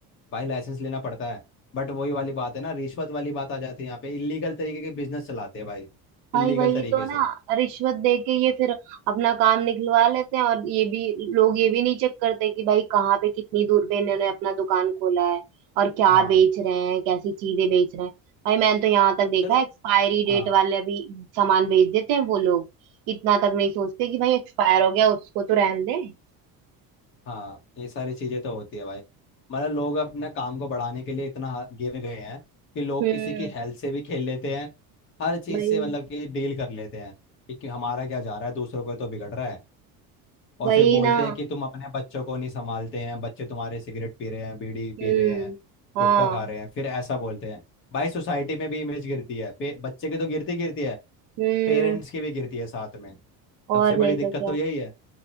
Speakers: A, on the left; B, on the right.
A: भाई लाइसेंस लेना पड़ता है बट वही वाली बात है ना रिश्वत वाली बात आ जाती है यहाँ पे इलीगल तरीके के बिजनेस चलाते हैं भाई
B: भाई
A: इलीगल
B: वही
A: तरीके
B: तो ना
A: से
B: रिश्वत दे के ये फिर अपना काम निकलवा लेते हैं और ये भी लोग ये भी नहीं चेक करते कि भाई कहाँ पे कितनी दूर पे इन्होंने अपना दुकान खोला है और क्या
A: हाँ
B: बेच रहे हैं कैसी चीजें बेच रहे हैं भाई मैंने तो यहाँ तक देखा
A: चलो
B: है एक्सपायरी
A: हाँ
B: डेट वाले भी सामान बेच देते हैं वो लोग इतना तक नहीं सोचते कि भाई एक्सपायर हो गया उसको तो रहने दें
A: हाँ ये सारी चीजें तो होती है भाई मतलब लोग अपने काम को बढ़ाने के लिए इतना हा- गिर गए हैं कि लोग
B: हम्म
A: किसी की हेल्थ से भी खेल लेते हैं हर चीज
B: वही
A: से मतलब
B: ना
A: कि डील कर लेते हैं कि कि हमारा क्या जा रहा है दूसरों को तो बिगड़ रहा है और
B: वही
A: फिर बोलते
B: ना
A: हैं कि तुम अपने बच्चों को नहीं संभालते हैं बच्चे तुम्हारे सिगरेट पी रहे हैं बीड़ी
B: हम्म
A: पी रहे हैं गुटखा
B: हाँ
A: खा रहे हैं फिर ऐसा बोलते हैं भाई सोसाइटी में भी इमेज गिरती है पे, बच्चे की तो गिरती गिरती है
B: हम्म
A: पेरेंट्स की भी गिरती है साथ में सबसे
B: और
A: बड़ी
B: नहीं
A: दिक्कत
B: तो क्या
A: तो यही है